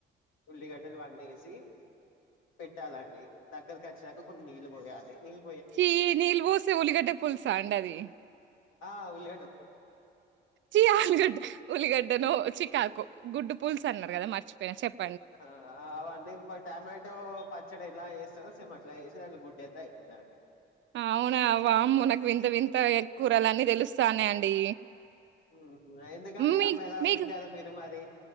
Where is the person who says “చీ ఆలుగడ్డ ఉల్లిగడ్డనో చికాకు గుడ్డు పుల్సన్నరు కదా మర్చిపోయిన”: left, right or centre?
Right